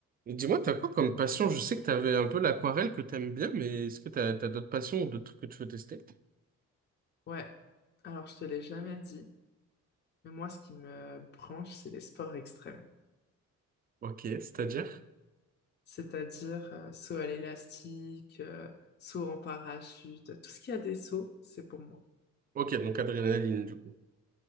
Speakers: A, on the right; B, on the left.
A: Et Dis-moi, t'as quoi comme passion? Je sais que t'avais un peu l'aquarelle que t'aimes bien, mais est-ce que t'as, t'as d'autres passions ou d'autres trucs que tu veux tester?
B: Ouais, alors je te l'ai jamais dit, mais moi ce qui me branche, c'est les sports extrêmes.
A: Ok, c'est-à-dire?
B: C'est-à-dire euh, saut à l'élastique, euh, saut en parachute, tout ce qui a des sauts, c'est pour moi.
A: Ok, donc adrénaline, du coup.